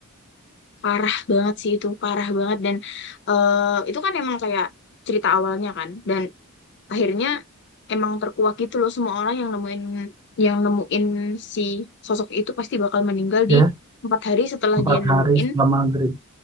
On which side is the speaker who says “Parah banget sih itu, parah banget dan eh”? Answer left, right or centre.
Left